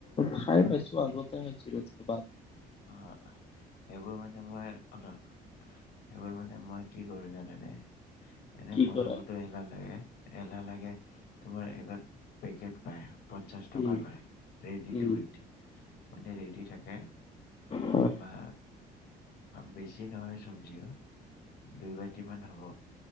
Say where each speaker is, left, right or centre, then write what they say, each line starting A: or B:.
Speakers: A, on the left (about 35°); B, on the left (about 70°).
A: খাই পাইছো আগতে নছিলো <unintelligible>
B: অ সেইবোৰ মানে মই অল সেইবোৰ মানে মই কি কৰো জানোনে এনে
A: কি
B: বনাবতো
A: কৰা
B: এলা লাগে এলাহ লাগে তোমাৰ এগত পেকেট পায় পঞ্চাশ টকা
A: উম
B: লয় ৰেডি
A: উম
B: টু উইট মানে ৰেডি থাকে
A: হয়
B: তাপা বেছি নহয় চব্জিও দুই বাটি মান হব